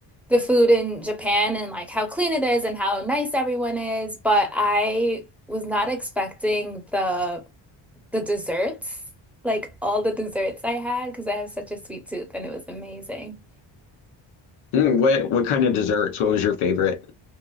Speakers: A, in the centre; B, on the left (about 85°).
A: the food in Japan and like how clean it is and how nice everyone is, but I was not expecting the the desserts, like all the desserts I had because I have such a sweet tooth and it was amazing.
B: What what kind of desserts? What was your favorite?